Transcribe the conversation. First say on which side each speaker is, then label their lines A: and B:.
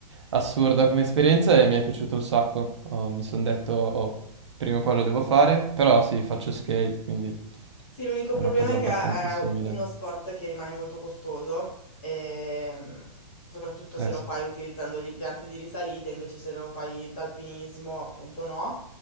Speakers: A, on the right (about 50°); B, on the left (about 15°).
A: assurda come esperienza e mi è piaciuto un sacco. Oh, mi sono detto, oh, prima o poi lo devo fare, però sì, faccio skate, quindi
B: Sì, l'unico
A: è
B: problema
A: una cosa
B: è
A: abbastanza
B: che è
A: simile.
B: uno sport che rimane molto costoso, ehm, soprattutto
A: Eh
B: se lo
A: sì,
B: fai utilizzando gli impianti di risalita, invece se lo fai d'alpinismo, appunto no.